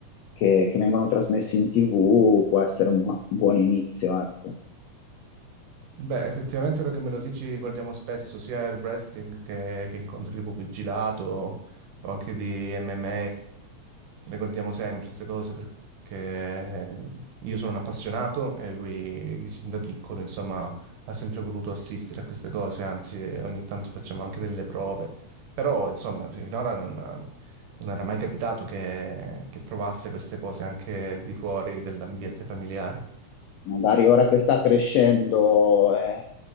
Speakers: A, on the left; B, on the right.
A: che, che vengono trasmessi in TV può essere un, buon un buon inizio, ecco.
B: Beh, effettivamente ora che me lo dici, guardiamo spesso sia il wrestling che, che incontri di pugilato o anche di MMA. Le guardiamo sempre queste cose perché io sono un appassionato e lui sin da piccolo, insomma, ha sempre voluto assistere a queste cose, anzi ogni tanto facciamo anche delle prove. Però, insomma, finora non, non era mai capitato che, che provasse queste cose anche al di fuori dell'ambiente familiare.
A: magari ora che sta crescendo, eh,